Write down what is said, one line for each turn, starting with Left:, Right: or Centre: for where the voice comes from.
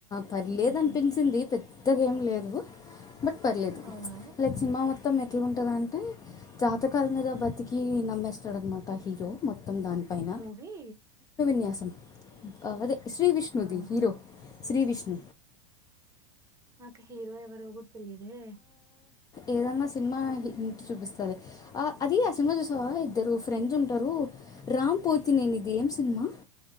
Left: పర్లేదు
Right: ఊహూ
Left: ఆ అనిపించింది. పెద్ద గెం లేదు. బట్ పర్లేదు
Right: అవునా
Left: లైక్ సినిమా మొ త్తం ఎట్లా ఉంటదంటే జా తకాల మీద
Right: హ్మ్
Left: బతికి నమ్మెస్తాడు అనమాట. త హీరో మొత్తం దానిపైన.
Right: అవి
Left: న్యాసం. అదే శ్రీ విష్ణుది
Right: ఆహా
Left: హీరో శ్రీ విష్ హ్
Right: నాకు హీరో ఎవరో కూడ తెలీదే.
Left: ఏదన్నా సినిమా హింట్ చూపిస్తలే. అది ఆ సినిమా చూసావా ఇద్దరు ఫ్రెండ్స్ ఉంటరు రామ్ పోతినేని ది ఏం సినిమా